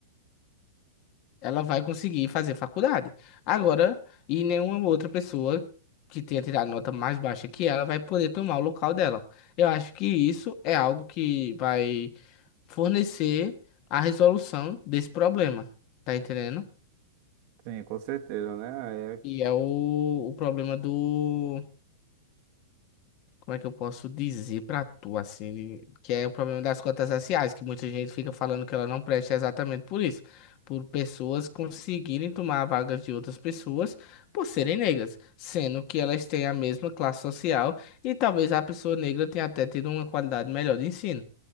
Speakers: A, on the left; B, on the right.
A: ela vai conseguir fazer faculdade. Agora, e nenhuma outra pessoa que tenha tirado nota mais baixa que ela vai poder tomar o local dela. Eu acho que isso é algo que vai fornecer a resolução desse problema, tá entendendo?
B: Sim, com certeza, né? É,
A: E é o, o problema do Como é que eu posso dizer pra tu, assim, de- que é o problema das cotas raciais, que muita gente fica falando que ela não presta exatamente por isso, por pessoas conseguirem tomar vagas de outras pessoas por serem negras, sendo que elas têm a mesma classe social e talvez a pessoa negra tenha até tido uma qualidade melhor de ensino,